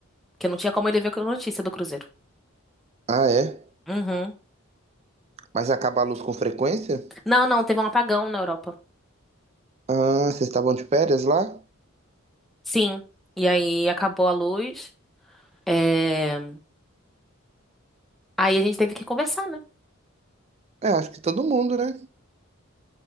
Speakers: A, in the centre; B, on the right (about 30°).
A: Porque não tinha como ele ver a notícia do Cruzeiro.
B: ah, é?
A: Uhum.
B: Mas acaba a luz com frequência?
A: Não, não, teve um apagão na Europa.
B: Ah, vocês estavam de férias lá?
A: Sim. E aí acabou a luz. É... Aí a gente teve que conversar, né?
B: É, acho que todo mundo, né?